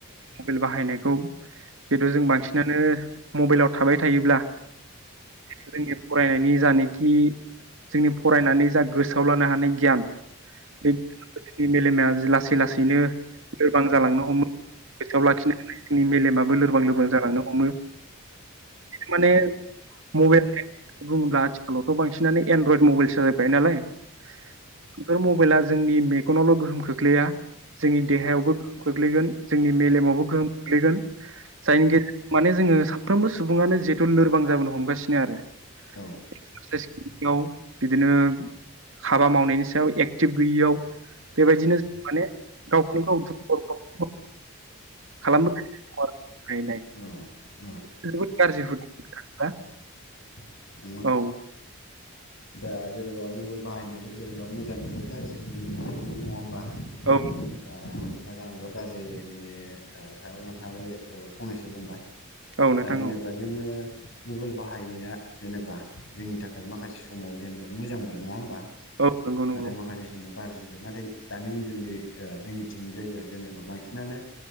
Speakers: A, on the right (about 60°); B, on the left (about 60°).
A: मबाइल बाहायनायखौ जितु जों बांसिनानो मबाइलाव थाबाय थायोब्ला जिथुखि जोंनि फरायनायनि जानखि जोंनि फरायनानै जा गोसोआव लानो हानाय गियान बे मेलेमा लासै लासैनो लोरबां जालांनो हमो गोसोआव लाखिनानै जोंनि मेलेमाबो लोरबां लोरबां जालांनो हमो माने मबाइल बुङोब्ला आथिखालावथ' बांसिनानो एनड्रयड मबाइलसो <unintelligible> बाय नालाय । बेफोर मबाइला जोंनि मेगनावल' गोहोम खोख्लैया जोंनि देहायावबो गोहोम खोख्लैगोन जोंनि मेलेमावबो गोहोम खोख्लैगोन जायनि गेजेराव माने जोङो साफ्रोमबो सुबुङानो जिहेथु लोरबां जाबोनो हमगासिनो आरो
B: औ
A: एक्सारसाइसयाव बिदिनो हाबा मावनायनि सायाव एक्टिभ गैयियाव बेबायदिनो ज माने गावखौनो गाव दुखुआव खालाम <unintelligible>
B: औ औ
A: जोबोद गाज्रि हुदा
B: <unintelligible>
A: औ
B: दा जेनेबा मबाइल बाहायनायाथ' जेनेबा मोजां एबा गाज्रिखौ मोनबाय थायो नङा होमबा?
A: औ
B: दा मोजां एबा गाज्रिनि सायाव नोंथाङाबो ओ फंनैसो बुंबाय ।
A: औ नोंथां
B: दा जेनेबा
A: औ
B: जोङो मबाइल बाहायनाया जेनेबा जोंनि थाखाय माखासे समाव जेनेबा मोजांबो नङा होमबा?
A: औ नंगौ
B: नाथाय
A: नंगौ
B: माखासे समाव गाज्रिबो नाथाय दानि उन्दै उन्दै ओ जोंनिथिंजायबो जेनेबा बांसिनानो